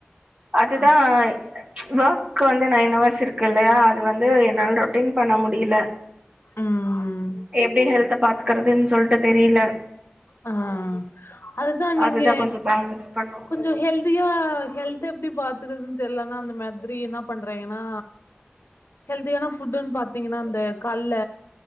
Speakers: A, on the right (about 30°); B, on the left (about 80°).
A: அதுதா
B: ஆ
A: வொர்க்கு வந்து நைன் அவர்ஸ் இருக்கு இல்லையா அது வந்து என்னால ரொட்டின் பண்ண முடியல
B: ம்
A: எப்பிடி ஹெல்த்த பாத் க்கிறதுன் சொல்ட்டு தெரியல
B: ஆ அதுதா நீங்க
A: அதுதான் கொஞ்சம் பேலன்ஸ் பண்ணும்
B: குஞ்சோ ஹெல்தியா ஹெல்த் த்த எப்பிடி பாத்துக்குதுரன்னு தெரியலனா ஆனா அந்த மாதிரி என்ன பண்றீங்கன்னா ஹெல்தியான ஃபுட்டுன் பாத்தீங்கன்னா அந்த கல்ல